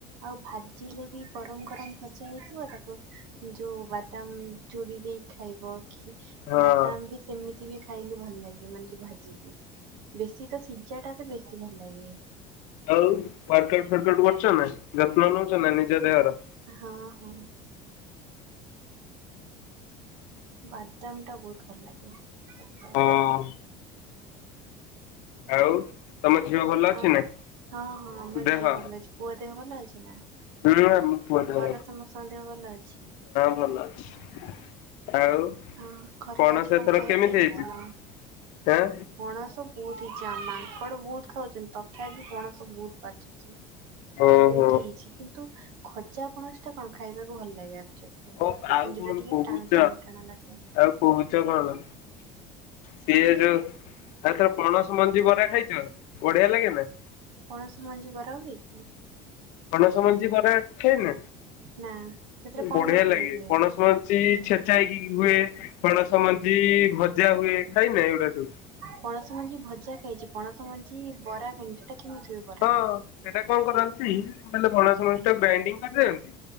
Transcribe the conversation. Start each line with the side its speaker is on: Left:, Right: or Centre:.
Right: ଆଉ ଭାଜିଲେ ବି ଗରମ ଗରମ ଭଜା ହେଇଥିବ। ତାକୁ ଯୋଉ ବାଦାମ ଚୁରି ଦେଇକି ଖାଇବ, କି
Left: ହଁ।
Right: ବାଦାମ ବି ସେମିତି ବି ଖାଇଲେ ଭଲ ଲାଗିବ। ମାନେ ଯ ଭାଜିକି ବେଶୀ ତ ସିଝା ଟା ତ ବେଶୀ ଭଲ ଲାଗେ।
Left: ଆଉ ୱାର୍କାଉଟ କରୁଛ ନା। ଯତ୍ନ ନଉଛ ନା ନିଜ ଦେହର।
Right: ହଁ ହଁ। ବାଦାମ ଟା ବହୁତ ଭଲ ଲାଗେ ସତ। କଥା
Left: ହଁ ଆଉ, ତମ ଝିଅ ଭଲ ଅଛି
Right: ଆ
Left: ନା।
Right: ହଁ ହଁ ଆମ
Left: ଦେହ
Right: ଝିଅ ଭଲ ଅଛି ପୁଅ ଦେହ ଭଲ ହେଇଛି ନା।
Left: <inaudible> ହୁମ ପୁ ହଁ
Right: ଘର ସମସ୍ତଙ୍କ ଦେହ ଭଲ ଅଛି
Left: ଭଲ ଅଛି। ଆଉ,
Right: ଅ ଘରେ
Left: ପଣସ
Right: ଆଜି କଣ
Left: ଏଥର
Right: ଖାଇବାକୁ
Left: କେମିତି ହେଇଛି।
Right: କଣ?
Left: ହେଁ
Right: ପଣସ ବହୁତ ହେଇଛି, ଆମ ମାଙ୍କଡ ବହୁତ ଖାଉଛନ୍ତି ତଥାପି ପଣସ ବହୁତ ପାଚୁଛି।
Left: ଓହୋ।
Right: ବହୁତ ହେଇଛି, କିନ୍ତୁ ଖଜା ପଣସ ଟା କଣ ଖାଇବାକୁ ଭଲ ଲାଗେ ଆକଚୁଲି। ଇଏ ମାନେ
Left: ଓ ଆଉ କଣ
Right: ଯୋଉଟା ଟିକେ
Left: କହୁଛ
Right: ଟାଣ ଟାଣ ଟାଣା ଲାଗେ।
Left: ଆଉ କହୁଚ କଣ? ସିଏ ଯୋଉ ଆଉ ଥରେ ପଣସ ମଞ୍ଜି ବରା ଖାଇଚ ବଢ଼ିଆ ଲାଗେନି ନା।
Right: ପଣସ ମଞ୍ଜିିବରା ହୁଏ କି?
Left: ପଣସ ମଞ୍ଜି ବରା ଖାଇନ
Right: ନା ସେଥିରେ କଣ
Left: ବଢ଼ିଆ
Right: କଣ
Left: ଲାଗେ।
Right: ପଡିକି ହୁଏ?
Left: ପଣସ ମଞ୍ଜି ଛେଚା ହେଇକି ହୁଏ। ପଣସ ମଞ୍ଜି ଭଜା ହୁଏ। ଖାଇନ ଏଉଡା ସବୁ।
Right: ପଣସ ମଞ୍ଜି ଭଜା ଖାଇଚି। ପଣସ ମଞ୍ଜି ବରା ଖାଇନି। ସେଟା କେମିତି ହୁଏ। ବରାଟା?
Left: ହଁ ସେଇଟା କଣ କରନ୍ତି ମାନେ ପଣସ ମଞ୍ଜିଟାକୁ ଗ୍ରାଇଣ୍ଡିଙ୍ଗ କରିଦିଅନ୍ତି।